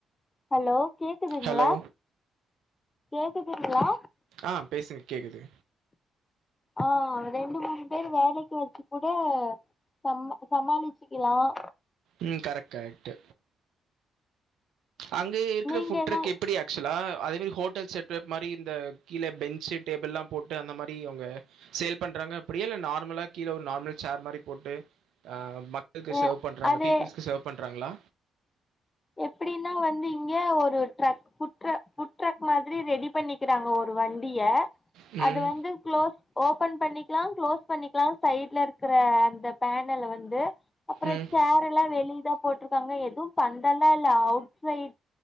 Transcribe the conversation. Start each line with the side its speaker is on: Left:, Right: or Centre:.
Left: ஹலோ கேக்குதுங்களா
Right: ஹலோ.
Left: கேக்குதுங்களா
Right: ஆஹ் பேசுங்க கேக்குது
Left: ஆஹ் ரெண்டு மூணு பேர் வேலைக்கு வச்சு கூட சம் சமாளிச்சுக்கலாம்
Right: உம் க்ரெக்ட் க்ரெக்ட்டு அங்க இருக்கிற
Left: நீங்க
Right: ஃபுட்
Left: என்ன
Right: ட்ரக் எப்படி ஆக்சுவலா அதேமாரி ஹோட்டல் செட்டப் மாதிரி இந்த கீழ பெஞ்சு டேபிள்ளாம் போட்டு அந்த மாரி அவுங்க சேல் பண்ற றாங்க அப்டியல்ல நார்மலா கீழே ஒரு நார்மல் சேர் மாதிரி போட்டு ஆஹ் மக்களுக்கு
Left: அ
Right: சர்வ் பண்றாங்க
Left: அது
Right: பீப்புல்ஸ்க்கு சர்வ் பண்றாங்களா
Left: எப்டின்னா வந்து இங்க ஒரு truck food truck food truck மாதிரி ரெடி பண்ணிக்க கிட்டாங்க ஒரு வண்டிய
Right: ம்
Left: அது வந்து க்ளோஸ் ஓபன் பண்ணிக்கலாம் க்ளோஸ் பண்ணிக்கலாம் சைட்ல இருக்கிற அந்த பேனல்ல வந்து அப்புறம்
Right: ம்
Left: சேர் எல்லாம் வெளியதான் போட்டுருக்காங்க எதுவு பந்தல்லா இல்ல outside